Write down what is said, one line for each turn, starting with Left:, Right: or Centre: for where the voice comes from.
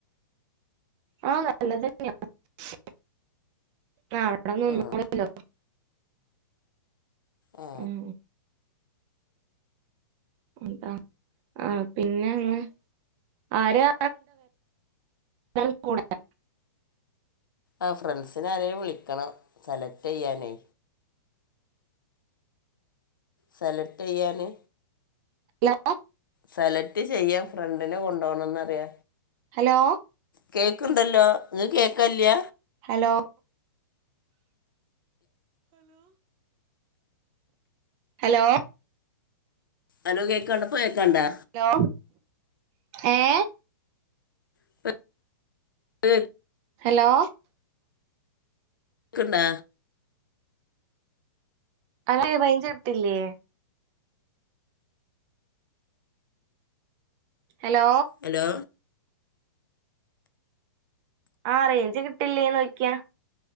Right: <unintelligible>
Left: ആ ആ
Right: ഉം എന്താ ആ പിന്നെങ്ങ് ആരാ ണ്ടോ <unintelligible> <unintelligible>
Left: ആ ഫ്രണ്ട്സിനാരെയും വിളിക്കണം സെലറ്റ് ചെയ്യാനേ സെലറ്റ് യ്യാന്
Right: <unintelligible>
Left: സെലറ്റ് ചെയ്യാ ഫ്രണ്ടിനെ കൊണ്ടു പോണന്ന് പറയ
Right: ഹലോ
Left: കേക്ണ്ടല്ലോ ഇങ്ങക്ക് കേകല്യ
Right: ഹലോ. ഹലോ
Left: ഹലോ കേക്ണ്ടപ്പ കേക്ണ്ടാ?
Right: ഹലോ ഏഹ്
Left: ഇപ്പോൾ കേക്കണ്ട
Right: ഹലോ
Left: ക്ക്ണ്ട
Right: അനക് റൈജ് കിട്ടില്ലേ ഹലോ
Left: ഹലോ.
Right: ആ റേഞ്ച് കിട്ടില്ലേ നോക്കിയ